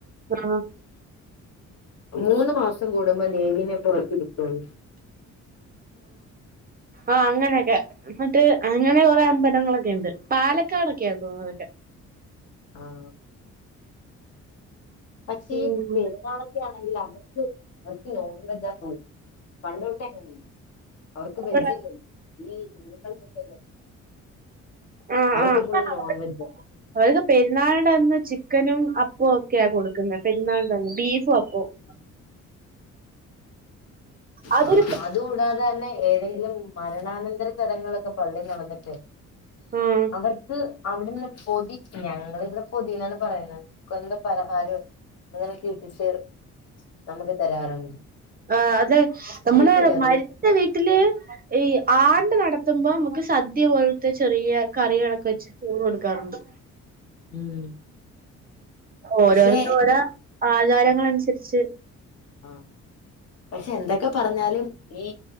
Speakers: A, on the right; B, on the left.
A: ആഹ്
B: മൂന്ന് മാസം കൂടുമ്പോം ദേവീനെ പുറതിരുത്തുമെന്നു
A: ആഹ് അങ്ങനൊക്കെ എന്നിട്ട് അങ്ങനെ കുറെ അമ്പലങ്ങളൊക്കെ ഉണ്ട് പാലക്കാടൊക്കെയാണ് തോന്നതൊക്കെ
B: ആഹ് പക്ഷേ
A: ഉം
B: ഈ പെരുന്നാളക്കെ ആണെങ്കിൽ അവർക്ക് അവർക്ക് നോൺ വെജാ പോകും പണ്ടോട്ട അങ്ങന അവർക്ക്
A: ഇവിടെ
B: വെജില്ലല്ലോ ക്കളക്കക്ക
A: ആഹ്
B: അവർക്ക് ഫ
A: ആഹ്
B: നോൺവെജ <unintelligible>
A: അവർക്ക് പെരുന്നാളിന്റെ അന്ന് ചിക്കനും അപ്പവും ഒക്കെയ കൊടുക്കുന്നെ പെരുന്നാളിന്റെ അന്ന് ബീഫും അപ്പ
B: ആഹ്
A: അതൊരു
B: ആഹ് അതുകൂടാതെ തന്നെ ഏതെങ്കിലും മരണാനന്തര ചടങ്ങുകളൊക്കെ പള്ളി നടന്നിട്ട്
A: ആഹ്
B: അവർക്ക് അവിടെന്ന്ള്ള പൊതി ഞങ്ങള് ഇവിടെ പൊതിന്നാണ് പറയുന്നെ ക്കൊന്ത പലഹാരം അങ്ങനെ ഇട്ടിച്ച് നമുക്ക് തരാറുണ്ട്.
A: ആഹ് അത് നമ്മള്
B: അതൊക്കെ വെറൈ
A: മരി ച്ച വീട്ടില് ഈ ആണ്ട് നടത്തുമ്പോ നമുക്ക് സദ്യ പോലത്തെ ചെറിയ കറികളൊക്കെ വെച്ച് ചോറ് കൊടുക്കാറുണ്ട്.
B: ഉം
A: ഓരോരുത്ത
B: പക്ഷെ
A: ഓരോ ആചാരങ്ങളനുസരിച്ച്
B: ആഹ് ആഹ് പക്ഷെ എന്തൊക്കെ പറഞ്ഞാലും ഈ